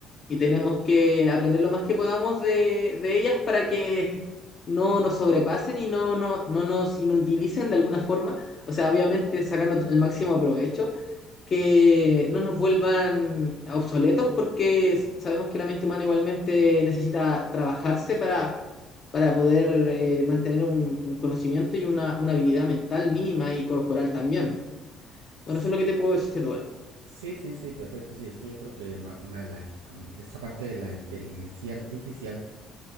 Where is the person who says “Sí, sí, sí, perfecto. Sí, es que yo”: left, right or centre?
Right